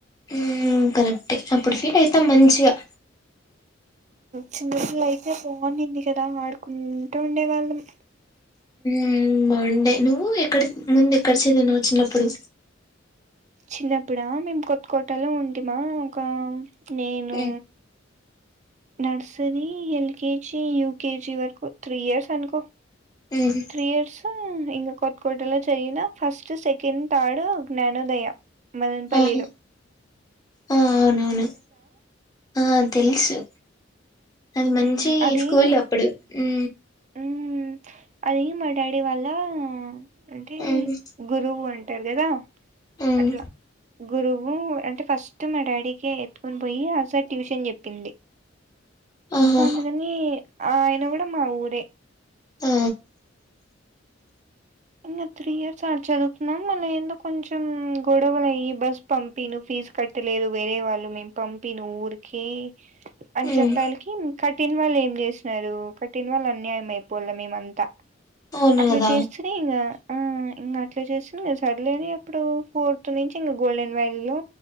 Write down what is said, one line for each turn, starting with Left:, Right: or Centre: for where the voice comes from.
Left: హు కరెక్ట్ ఏ అప్పుడు ఫీల్ అయితాం మంచిగా
Right: చిన్నపిల్ల అయితే బాగునింది కదా వాడుకుంటూ ఉండే వాళ్ళం
Left: హు బాగుండే నువ్వు ఎక్కడ ముందు ఎక్కడ చదిినవవు చిన్నప్పుడు
Right: చిన్నప్పుడా మేము కొత్త కోటలో ఉంటేమా ఒక నేను
Left: ఉమ్
Right: నర్సరి ఎల్కెజీ యూకెజీ వరకు త్రీ ఇయర్స్ అనుకో
Left: ఉమ్
Right: త్రీ ఇయర్స్ ఇంగ కొత్త కోటలో చదివిన ఫస్ట్ సెకండ్ థర్డ్ జ్ఞానోదయ మదన్పల్లిలో
Left: ఆహా ఆ అవునవును ఆ తెలుసు అది మంచి
Right: మ్మ్ అది
Left: స్కూల్ అప్పుడు హు
Right: మ్మ్ అది మా డాడీ వాళ్ళ అంటే
Left: మ్మ్
Right: గురువు అం టర్ గదా
Left: మ్మ్
Right: అట్లా గురువు అంటే ఫస్ట్ మా డాడీకి ఎత్తుకొని పోయి ఆసార్ ట్యూషన్ చెప్పింది
Left: ఆహా
Right: సో డ్ కని ఆయన కూడా మా ఊరే
Left: ఆ
Right: ఇంగ త్రీ ఇయర్స్ ఆడ చదువుకుతున్నాం మళ్ళ ఏందో కొంచెం గొడవలు అయ్యి బస్ పంపిను ఫీజు కట్టలేదు వేరే వాళ్ళు మేము పంపిను ఊరికి అని
Left: మ్మ్
Right: చెప్పాలికి కఠిన వాళ్ళు ఏం చేసినారు కఠిన వాళ్ళు అన్యాయం అయిపోాల మేమంతా
Left: అవును
Right: అట్లా
Left: కదా
Right: చేస్తేనే ఇంగ ఆ ఇంకా అట్లా చేసింది సర్లే అని ఎప్పుడు ఫోర్త్ నుంచి ఇంగ గోల్డెన్ వ్యాలీ లో